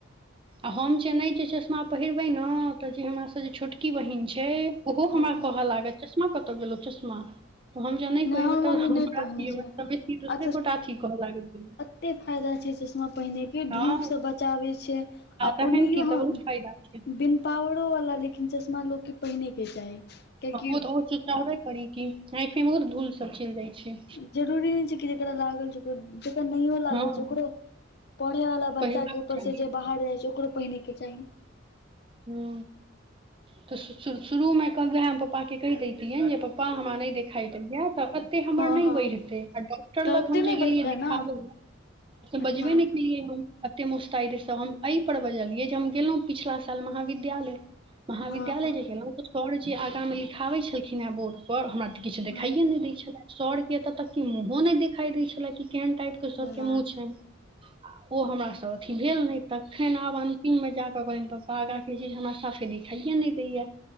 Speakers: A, on the right; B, on the left.
A: आ हम जे नहि जे चश्मा पहिरबै ने तऽ जे हमरास जे छोटकी बहिन छै ओहो
B: हँ
A: हमरा कहऽ लागल चश्मा कतहु गेलहु चश्मा तऽ हम ज नहि पहिरबै
B: हमर
A: तब
B: मम्मी
A: हम
B: नहि
A: अ हमरा
B: पहिनै छै आ
A: समझ दोसरे गोटा अथी कहऽ लागै छै
B: कते फायदा छै चश्मा पहिने के
A: हँ
B: धूप से बचाबै छै आ
A: तहन
B: ओनाहियो
A: की
B: हम
A: तऽ बहुत फायदा छै
B: बिन पावड़ो वाला लेकिन चश्मा लोकोग के पहिने के चाही कियाकि
A: ओ तऽ चाहबे करी की आखे मे बहुत धूल सब चलि जाइ छै
B: जरूरी नहि छै कि जेकरा लागल जेकर नहियो लागल
A: हँ
B: छै ओकरो पढ़े वाला बच्चा
A: पहिरबाक
B: के ऊपर
A: चाही
B: से जे बाहर जाय छै ओकरो पहिने के चाही
A: हू तऽ शुरूमे कहलएह हम पापाके कहि दैतियै जे पपापा हमरा नहि देखा दहियै एतऽ हमर
B: हँ
A: नहि
B: हँ
A: बढ़ते आ डॉक्टर
B: तऽ
A: लग
B: ओते
A: हम
B: नहि
A: जे गेलियै
B: बढ़तै
A: देखाबे
B: ने
A: बजबे
B: हँ
A: ने बाजतियै हम एते मुस्तैद से हम एहि पर बजलियै जे हम गेलहुँ पिछला महाविद्यालय महाविद्यालय
B: हँ हँ
A: जे गेलहुं त सरजी आगा में लिखाबे छलखिन हे बोर्ड सर हमरा तऽ किछु देखाइे
B: हँ
A: नहि दै छले सर के एतऽ तक के मुँहो नहि देखाई देय छले कि केहन टाइप
B: अच्छा
A: के सर के मुँह छै आ ओ हमरास अथी भेल नहि तखन आब अन्तिममे जा कऽ कहलन्हि तऽ प पा चीज हमरा साफे दिखाइे न दैया